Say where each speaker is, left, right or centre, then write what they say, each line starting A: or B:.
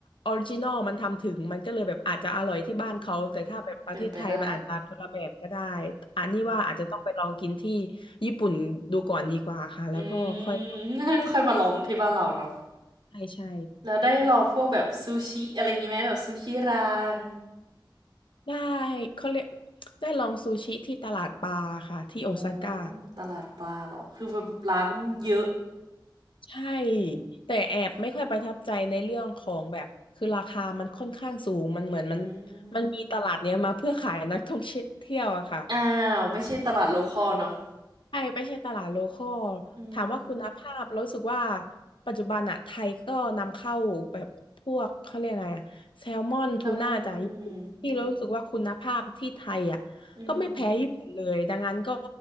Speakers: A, on the left; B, on the right.
A: ออริจินอลมันทำถึงมันก็เลยแบบอาจจะอร่อยที่บ้านเขาแต่ถ้าแบบประเทศไทยมันอาจจะคนละแบบก็ได้
B: อืมเป็นไปได้
A: อันนี้ว่าอาจจะต้องไปลองกินที่
B: อืม
A: ญี่ปุ่นดูก่อนดีกว่าค่ะแล้วก็ค่อย
B: <laughs> อืม <laughs> ค่อยมาลองที่บ้านเราเนาะ
A: ใช่ใช่
B: แล้วได้ลองพวกแบบซูชิอะไรอย่างงี้ไหมแบบซูชิราง
A: ได้เขาเรียกได้ลองซูชิที่ตลาดปลาค่ะที่โอซาก้า
B: โอ้ตลาดปลาเหรอ คือแบบร้านเยอะ
A: ใช่แต่แอบไม่ค่อยประทับใจในเรื่องของแบบคือราคามันค่อนข้างสูงมันเหมือนมัน
B: อื
A: มันมีตลาดเนี้ยมาเพื่อขายนักท่องเที่ยวอะค่ะ
B: มอ้าวไม่ใช่ตลาดโลคอลเนาะ
A: ใช่ไม่ใช่ตลาดโลคอล
B: อืม
A: ถามว่าคุณภาพรู้สึกว่าปัจจุบันอะไทยก็นำเข้าแบบพวกเขาเรียกไงอะแซลมอนทูน่าจากญี่ปุ่นที่เรารู้สึกว่าคุณภาพที่ไทยอะก็ไม่แพ้ญี่ปุ่นเลยดังนั้นก็
B: แซลมอนอืมอืม